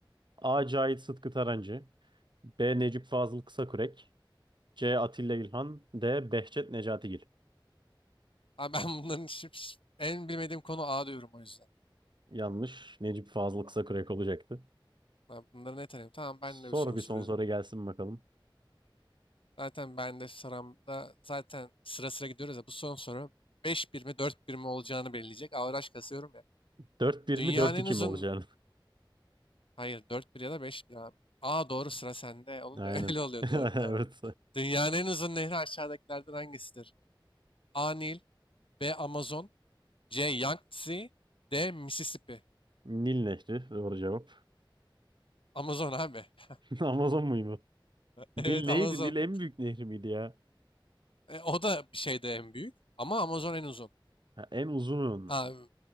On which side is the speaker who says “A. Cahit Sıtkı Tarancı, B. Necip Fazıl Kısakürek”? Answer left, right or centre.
Right